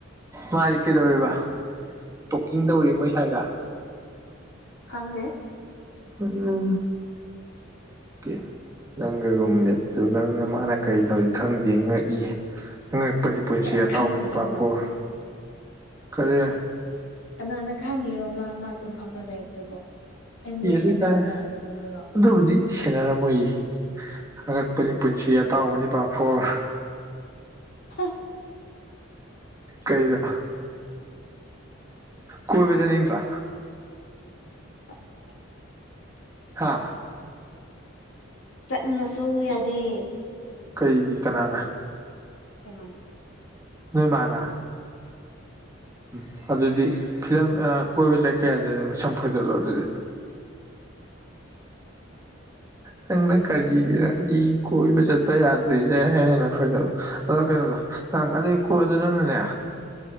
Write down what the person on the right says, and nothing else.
ꯃꯥꯘꯤ ꯀꯩꯗꯧꯔꯤꯕ ꯇꯣꯛꯀꯤꯡ ꯇꯧꯔꯏ ꯃꯣꯏ ꯁꯥꯏꯒ
ꯎꯝ ꯀꯦ ꯅꯪꯒꯤ ꯔꯨꯝꯃꯦꯠꯇꯨ ꯅꯪꯅ ꯃꯥꯅ ꯀꯔꯤ ꯇꯧꯔꯤ ꯈꯪꯗꯦ ꯉꯛꯏꯍ‌ꯦ ꯑꯩꯒꯤ ꯄꯨꯟꯁꯤ
ꯑꯇꯥꯎꯕꯅꯤ
ꯄꯥꯐꯣꯔ ꯀꯔꯤ
ꯇ‌ꯦꯟꯗ
ꯑꫭꯏꯇꯔ‌ꯦ
ꯑꯗꯨꯕꯨꯗꯤ ꯁꯦꯟꯅꯔꯝꯃꯣꯏꯌꯦ ꯑꯉꯛꯄꯅꯤ ꯄꯨꯟꯁꯤ ꯑꯇꯥꯎꯕꯅꯤ ꯄꯥꯐꯣꯔ
ꯀꯩꯅꯣ ꯀꯣꯏꯕ ꯆꯠꯅꯤꯡꯗ꯭ꯔꯣ
ꯍꯥꯥ
ꯀꯩꯒꯤ ꯀꯅꯥꯅ
ꯅꯣꯏ ꯃꯥꯅ ꯎꯝ ꯑꯗꯨꯗꯤ ꯐꯤꯂꯝ ꯑ ꯀꯣꯏꯕ ꯆꯠꯀꯦ ꯌꯥꯘꯘꯤ ꯃꯁꯝ ꯐꯣꯏꯗꯠꯂꯣ ꯑꯗꯨꯗꯤ ꯅꯪꯅ ꯀꯔꯤꯒꯤꯔ ꯑꯩ ꯀꯣꯏꯕ ꯆꯠꯄ ꯌꯥꯗ꯭ꯔꯤꯁꯦꯅ ꯐꯣꯏꯗꯠꯂꯨ ꯑꯗꯣ ꯀꯩꯅꯣꯗꯣ ꯅꯪ ꯑꯗꯨꯏ ꯀꯣꯜꯗꯨ ꯅꯪꯅꯅꯦ